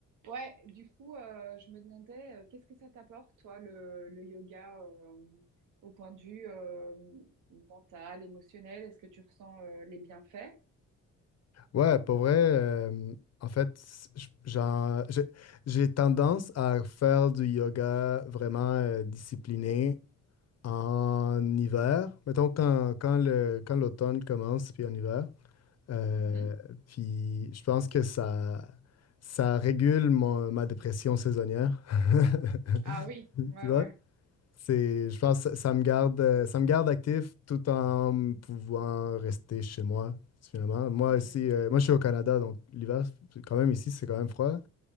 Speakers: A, on the right; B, on the left.
A: Ouais, du coup, euh, je me demandais, euh, qu'est-ce que ça t'apporte, toi, le, le yoga, euh, au point de vue euh, mental, émotionnel? Est-ce que tu ressens euh, les bienfaits?
B: Ouais, pour vrai, euh, en fait, c- j- j'en- j'ai j'ai tendance à faire du yoga vraiment euh, discipliné en hiver. Mettons quand, quand le, quand l'automne commence, puis en hiver. Euh,
A: Mhm.
B: puis je pense que ça, ça régule mon- ma dépression saisonnière. <laughs>
A: Ah oui,
B: Tu
A: ouais,
B: vois?
A: ouais.
B: C'est, je pense que ça me garde, euh, ça me garde actif tout en pouvant rester chez moi, finalement. Moi
A: Mhm,
B: ici, euh, moi je suis au Canada, donc l'hiver, c'est quand même ici, c'est quand même froid.